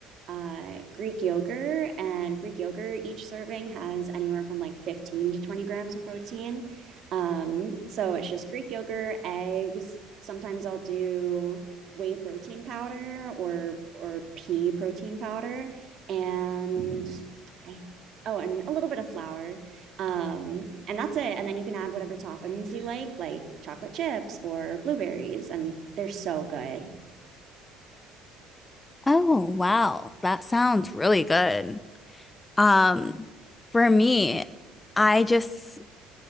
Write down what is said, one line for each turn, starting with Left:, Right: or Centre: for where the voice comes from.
Right: uh, Greek yogurt. And Greek yogurt, each serving has anywhere from like 15 to 20 grams of protein. Um, so it's just Greek yogurt, eggs. Sometimes I'll do whey protein powder or or pea protein powder and I oh and a little bit of flour um, and that's it. And then you can add whatever toppings you like, like chocolate chips or blueberries, and they're so good.
Left: Oh, wow. That sounds really good. Um, for me, I just